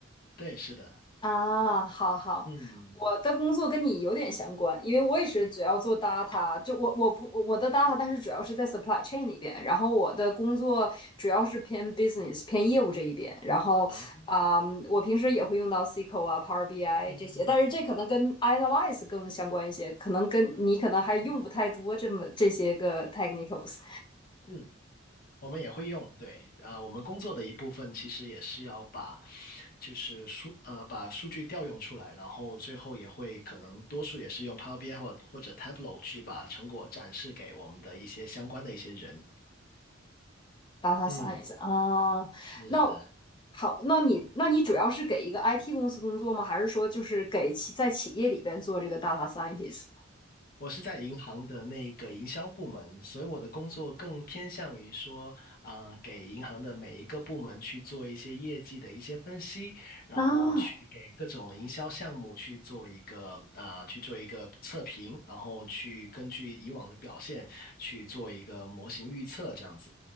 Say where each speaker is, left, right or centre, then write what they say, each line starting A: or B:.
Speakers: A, on the left; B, on the left.
A: 对，是的，
B: 啊，好好，
A: 嗯，
B: 我的工作跟你有点相关，因为我也是主要做 data，就我我不我的 data，但是主要是在 supply chain 里边，然后我的工作主要是偏 business 偏业务这一边，然后啊、
A: 啊，
B: 我平时也会用到 SQL 啊、Power BI
A: 嗯嗯
B: 这些，但是这可能跟 analyze 更相关一些，可能跟你可能还用不太多这么这些个
A: 嗯
B: technicals。
A: 嗯，我们也会用，对，啊、我们工作的一部分其实也是要把，就是数，呃，把数据调用出来，然后最后也会可能多数也是用 Power BI 或或者 Tableau 去把成果展示给我们的一些相关的一些人，
B: data
A: 嗯，
B: science 啊，嗯那
A: 是的，
B: 好，那你那你主要是给一个 IT 公司工作吗？还是说就是给企在企业里边做这个 data scientist？
A: 我是在银行的那个营销部门，所以我的工作更偏向于说，啊、给银行的每一个部门去做一些业绩的一些分析，然后去给各种营销项目去做一个啊、
B: 啊，
A: 去做一个测评，然后去根据以往的表现去做一个模型预测，这样子。